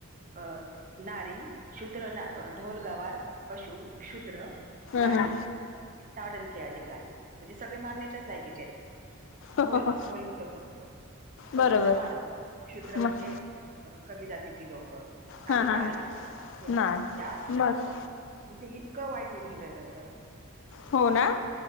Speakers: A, on the right (about 40°); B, on the left (about 60°).
A: अं नारी, शूद्र, ना ढोलगवार, पशु, क्षुद्र नारी
B: हा हा
A: ताडन के अधिकारी म्हणजे सगळे मारण्याच्याच लायकीचे आहेत.
B: हो
A: ढोल
B: हो हो
A: ढोल बडवतो आपण पशूला
B: बरोबर
A: मारतो शुद्र म्हणजे
B: मग
A: कमी जातीतली लोकं
B: हा
A: आणि नारी
B: हा हा
A: या
B: नाही बर
A: म्हणजे इतकं वाईट लिहिले होत
B: हो ना
A: कि